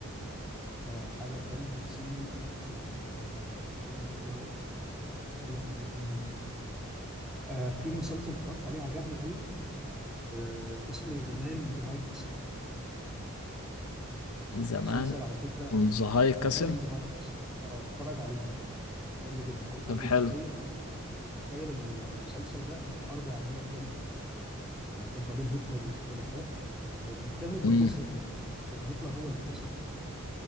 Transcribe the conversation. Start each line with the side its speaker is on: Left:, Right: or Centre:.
Centre: آه حاجه تانية سي في نفس الجنري دوت هقول لك ايه تاني آه في مسلسل اتفرجت عليه عجبني قوي آه اسمه ذا مان ان ذا هاي كاسل
Left: زمان
Centre: مسلسل على فكره
Left: اون ذا هاي كاسل
Centre: ذا مان ان ذا هاي كاسل اه اتفرج عليه ده حلو جدا هو هو
Left: طب
Centre: بيتخيل
Left: حلو
Centre: بيتخيل المسلسل ده ان الحرب العالميه الثانيه اللي كانت ما بين هتلر والحلفاء آه، انتهت بفوز
Left: امم
Centre: هتلر يعني هتلر هو اللي انتصر في الحرب